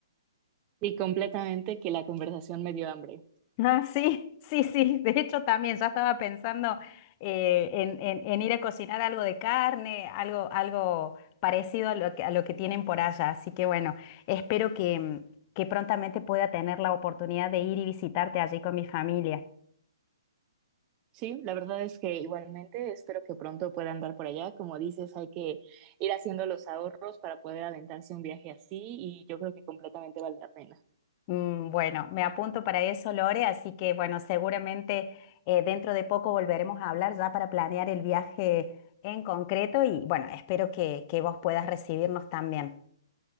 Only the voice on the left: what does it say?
Ah, sí, sí, sí, de hecho también ya estaba pensando eh, en, en- en ir a cocinar algo de carne, algo, algo parecido a lo que, a lo que tienen por allá, así que bueno, espero que, mm, que prontamente pueda tener la oportunidad de ir y visitarte allí con mi familia.
Mm, Bueno, me apunto para eso, Lore, así que bueno, seguramente eh, dentro de poco volveremos a hablar ya para planear el viaje en concreto y bueno, espero que, que vos puedas recibirnos también.